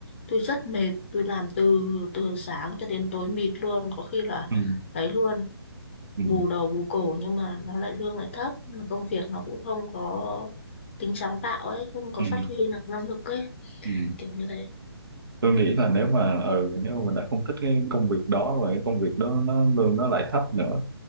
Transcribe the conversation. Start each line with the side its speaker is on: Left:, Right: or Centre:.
Left: tôi rất mệt. Tôi làm từ từ sáng cho đến tối mịt luôn. Có khi là
Right: Ừ.
Left: đấy luôn,
Right: Ừ,
Left: bù đầu bù cổ nhưng mà nó lại lương lại thấp. Mà công việc nó cũng không có tính sáng tạo ấy, không có
Right: ừ,
Left: phát huy được năng lực ấy.
Right: ừ.
Left: Kiểu như thế.
Right: Tôi nghĩ là nếu mà ừ, nếu mà mình đã không thích cái công việc đó và cái công việc đó nó lương nó lại thấp nữa